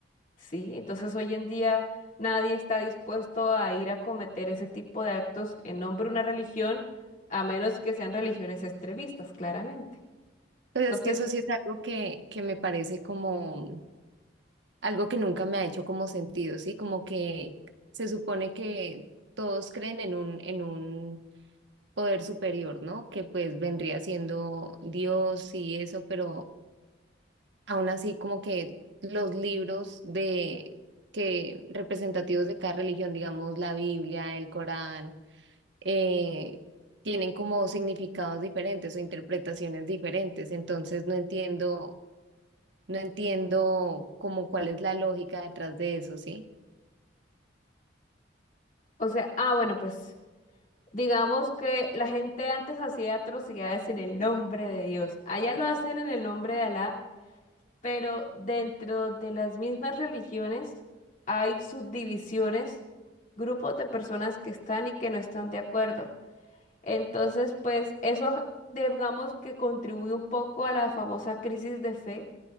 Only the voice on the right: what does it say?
Pues
es que eso sí es algo que, que me parece como algo que nunca me ha hecho como sentido, ¿sí? Como que se supone que todos creen en un, en un poder superior, ¿no? Que pues vendría siendo Dios y eso, pero aún así como que los libros de que representativos de cada religión, digamos la Biblia, el Corán eh, tienen como significados diferentes o interpretaciones diferentes. Entonces no entiendo, no entiendo como cuál es la lógica detrás de eso, ¿sí?